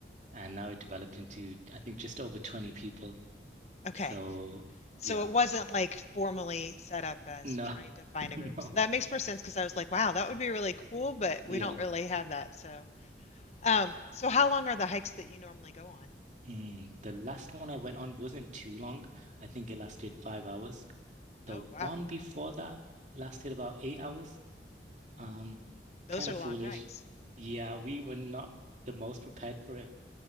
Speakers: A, on the right; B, on the left.
A: And now it developed into, I think, just over 20 people.
B: Okay.
A: So
B: So
A: yeah.
B: it wasn't like formally set up as
A: No,
B: trying to find
A: <laughs>
B: a group.
A: no.
B: So that makes more sense because I was like, wow, that would be really cool, but
A: Yeah.
B: we don't really have that. So, um, so how long are the hikes that you normally go on?
A: Mm, the last one I went on wasn't too long. I think it lasted five hours. The
B: Oh,
A: one
B: wow.
A: before that lasted about eight hours. Um,
B: Those
A: kind
B: are
A: of
B: long
A: foolish.
B: hikes.
A: Yeah, we were not the most prepared for it.